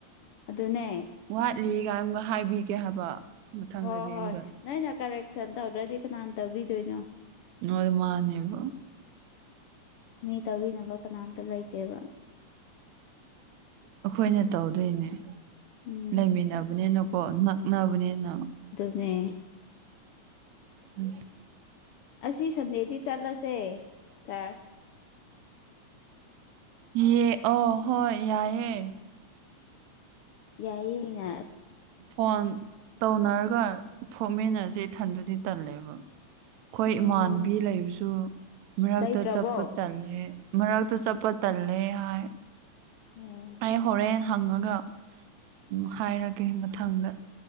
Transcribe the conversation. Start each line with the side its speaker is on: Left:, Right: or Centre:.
Left: ꯑꯗꯨꯅꯦ
Right: ꯋꯥꯠꯂꯤ ꯀꯥꯏꯝꯒ ꯍꯥꯏꯕꯤꯒꯦ ꯍꯥꯏꯕ ꯃꯊꯪꯗꯗꯤ
Left: ꯍ ꯍꯣꯏ
Right: ꯑꯃꯨꯛꯀ
Left: ꯅ ꯅ ꯀꯔꯦꯛꯁꯟ ꯇꯧ ꯑꯣꯗꯔꯗꯤꯅꯥꯥꯟ ꯇꯧꯤꯗꯅꯣ
Right: ꯑꯣꯏ ꯃꯥꯅꯦꯕ
Left: ꯃꯤ ꯇꯥꯕꯤꯅꯕ ꯀꯅꯥꯝꯇ ꯂꯩꯇꯦꯕ
Right: ꯑꯩꯈꯣꯏꯅ ꯇꯧꯗꯣꯏꯅꯦ
Left: ꯎꯝ
Right: ꯂꯩꯃꯤꯟꯅꯕꯅꯤꯅꯀꯣ ꯅꯛꯅꯕꯅꯤꯅ
Left: ꯁꯅꯤ
Right: ꯑꯝꯁ
Left: ꯑꯁꯤ ꯁꯟꯗꯦꯗꯤ ꯆꯠꯂꯁꯦ ꯆꯔ
Right: ꯌꯦ ꯑꯣ ꯍꯣꯏ ꯌꯥꯏꯑꯦ
Left: ꯌꯥꯏ ꯉ
Right: ꯐꯣꯟ ꯇꯧꯅꯔꯒ ꯊꯣꯛꯃꯤꯟꯅꯁꯦ ꯏꯊꯟꯗꯨꯗꯤ ꯇꯜꯂꯦꯕ ꯑꯩꯈꯣꯏ
Left: ꯎꯝ
Right: ꯏꯃꯥꯟꯕꯤ ꯂꯩꯕꯁꯨ ꯃꯔꯛꯇ
Left: ꯂꯩꯇ꯭ꯔꯕꯣ
Right: ꯆꯠꯄ ꯇꯜꯂꯦ ꯃꯔꯛꯛꯇ ꯆꯄ ꯇꯜꯂ ꯍꯥꯏ
Left: ꯑꯣ
Right: ꯑꯩ ꯍꯣꯔꯦꯟꯅ ꯍꯪꯉꯒ ꯎꯝ ꯍꯥꯏꯔꯒꯦ ꯃꯊꯪꯗ